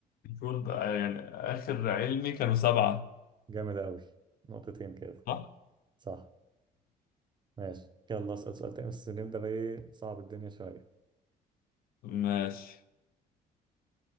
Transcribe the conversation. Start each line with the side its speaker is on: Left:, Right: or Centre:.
Left: المفروض آه، يعني اخر علمي كانوا سبعة
Right: جامد أوي نقطتين كده
Left: صح
Right: صح ماشي يلا اسأل سؤال تاني بس نبدأ بقى ايه صعب الدنيا شوية
Left: ماشي